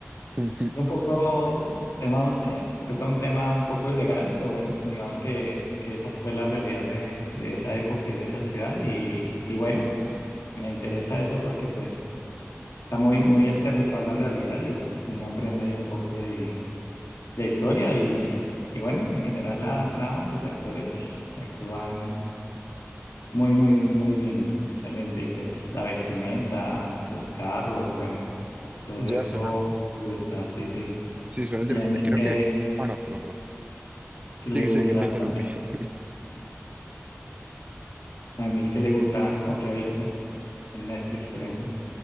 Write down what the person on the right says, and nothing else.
Ujú.
Ya
suena.
Sí, suena interesante.
Creo
que. Ah, no, perdón, perdón.
Sigue,
sigue, que te interrumpí.
<laughs>